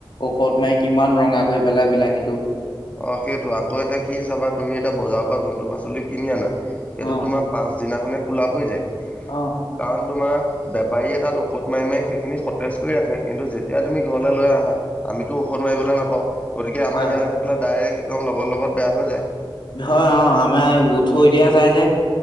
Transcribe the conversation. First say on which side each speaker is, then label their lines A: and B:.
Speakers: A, on the left; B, on the left.
A: ঔষধ মাৰি কিমান ৰঙা কৰি পেলাই বিলাহীটো
B: অ সেইটো আকৌ এতিয়া কি চাব মি এতিয়া বজাৰৰ পৰা যোনটো পাচলি কিনি আনাা সেইটো
A: অ
B: তোমাৰ পাচদিনাখনে কোলা পৰি যায়
A: অ
B: কাৰণ তোমাৰ বেপাৰীয়ে তাত ঔষধ মাৰি মাৰি সেইখিনি তেজ কৰি ৰাখে কিন্তু যেতিয়া তুমি ঘৰলৈ লৈ আহা আমিতো ঔষধ মাৰিবলৈ নাপাওঁ গতিকে আমাৰ
A: হয়
B: ইয়াত আহি ডাইৰেক্ট একদম লগৰ লগত বেয়া হৈ যায়
A: ধৰ অ আমাৰ উ থৈ দিয়া যায় যে